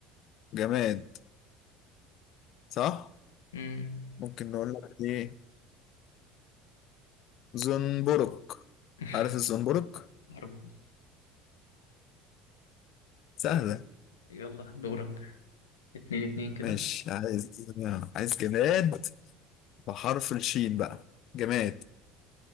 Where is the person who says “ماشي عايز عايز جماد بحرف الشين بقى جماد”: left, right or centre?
Left